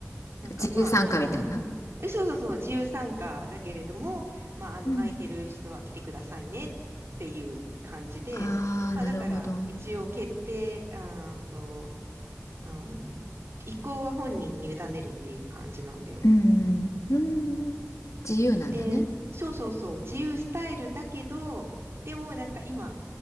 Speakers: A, on the right; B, on the left.
A: なんかまあ、
B: 自由参加みたいな。
A: あの、えそうそうそう、自由参加だけれども、まあ、あの、
B: うん。
A: 空いてる人は来てくださいねっていう感じで、
B: ああ、
A: まあ、
B: なるほど。
A: だから、一応決定、あーんと、うん、意向は本人に委ねるっていう感じなんだよ。
B: うん、うん、自由なんだね。
A: で、そうそうそう、自由スタイルだけど、でもなんか今、